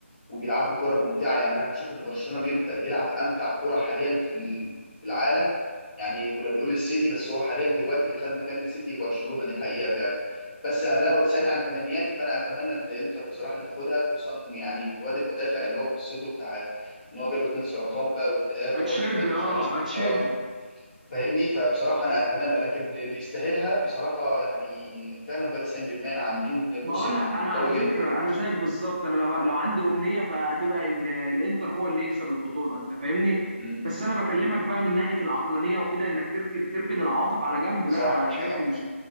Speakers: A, on the left; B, on the right.
A: وبيلعبوا كرة ممتعة يعني أنا بشوف إن برشلونة بيمت- بيلعب أمتع كرة حاليا في ال- في العالم يعني كنا بنقول السيتي بس هو حاليا دلوقتي اللي خد مكان السيتي برشلونة دي حقيقة فعلا بس لو تسألني عن تمنياتي فأنا أتمنى إن إنتر بصراحة اللي تاخدها خصوصا يعني الواد المدافع اللي هو قصته بتاع إن هو جاله اتنين سرطان بقى واكتئاب
B: اتشيربي
A: ووالده مات والحاجات
B: اه
A: دي
B: اتشيربي
A: أه فاهمني فبصراحة أنا أتمنى لكن اللي يستاهلها بصراحة يعني فعلا باريس سان جيرمان عاملين موسم
B: ما هو انا انا
A: قوي
B: على
A: جدا
B: فكره انا زيك بالظبط انا لو لو عندي امنيه فهتبقى ان الانتر هو اللي يكسب البطوله انت فاهمني
A: امم
B: بس انا بكلمك بقى من ناحيه العقلانيه وكده انك تركن تركن العواطف على جنب
A: صح
B: لا شايف
A: صح
B: ان